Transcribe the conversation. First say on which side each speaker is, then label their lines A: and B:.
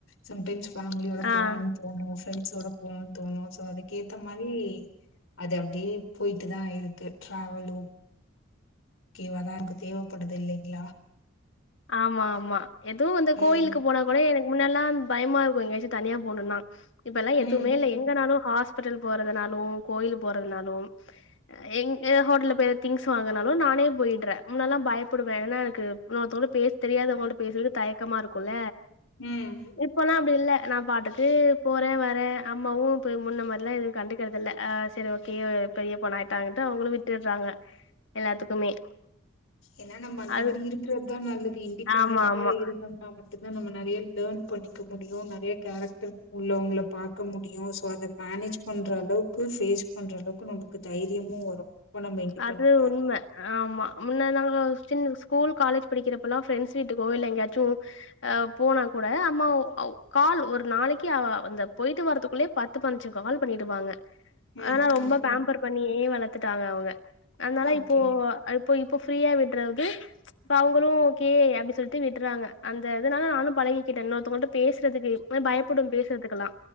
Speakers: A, on the left; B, on the left.
A: சம்டைம்ஸ் ஃபேமிலியோட போணூ
B: ஆ
A: தோணு ஃப்ரெண்ட்ஸோட போணுன் தோணு சோ அதுக்கேத்த மாரி அது அப்டியே போயிட்டு தா இருக்கு டிராவலு கேவாதா எனக்கு தேவைப்படுது இல்லைங்ளா
B: ஆமா ஆமா எதுவு வந்து கோயில்கு
A: ம்
B: போனா ஒரே எனக் முன்னலா பயமா இருக்கூ எங்கயாச்சு தனியா போணுன்னா இப்பெல்லா எதுவுமேல்ல
A: ம் ம்
B: எங்கனாலு ஹாஸ் பிட்டல் போறதுனாலு கோயில் போறதுனாலு எங் எதா ஹோட்டல்ல போய் திங்ஸ் வாங்கனாலு நானே போய்ட்றே முன்னெல்லா பயப்புடுவே எதுனா எனக்கு இன்னோர்த்தவங்கக் பேஸ் தெரியாதவங்கள்ட்ட பேசுறது தயக்கமா இருக்கோல
A: ம்
B: இப்பலா அப் பில்ல நான் பாட்டுக்கு போறே வரே அம்மாவு இப்ப முன்ன மாரிலா எதுவு கண்டுக்கிறது இல்ல ஆ செரி ஓகே பெரிய பொண்ணா ஆயிட்டாங்கட்டு அவங்களு விட்டுர்றாங்க எல்லாத்துக்குமே
A: ஏன்னா நம்ப அந்த
B: அது
A: மாதிரி இருக்கிறதுதா நல்லது இன்டிபெண்டன்டா
B: ஆமா ஆமா
A: இருந்தோம்னா தா நம்ம நெறயா லேர்ன் பண்ணிக்க முடியு நெறய கேரக்டர் உள்ளவங்ள பாக்க முடியு சோ அத மேனேஜ் பண்ற அளவுக்கு ஃபேஸ் பண்ற அளவுக்கு நமக்கு தைரியமு வரு நம்ம இண்டிபெண்டன்டா
B: அது உண்ம
A: இருக்கோ
B: ஆமா முன்ன நாங்களா சின் ஸ்கூல் காலேஜ் படிக்கிறப்ப எல்லா ஃப்ரெண்ட்ஸ் வீட்டுக்கோ இல்ல எங்கேயாச்சு அ போனா கூட அம்மா ஒ கால் ஒரு நாளைக்கு அ அந்த போயிட்டு வர்துக்குள்ளயே பத்து பன்சு கால் பண்ணிடுவாங்க
A: ம்
B: ஆனா
A: ம்
B: ரொம்ப
A: ம்
B: பேம்பர் பண்ணியே வளத்துட்டாங்க அவுங்க அன்னால
A: ஓகே
B: இப்போ இப்போ இப்போ ஃப்ரீயா விட்றது இப்ப அவங்களு ஓகே அப்டி சொல்ட்டு விட்றாங்க அந்த இதனால நானு பழகிக்கிட்டே இன்னொருத்தங்கள்ட்ட பேசுறதுக்கே பயப்புடும் பேசுறதுக்கெலா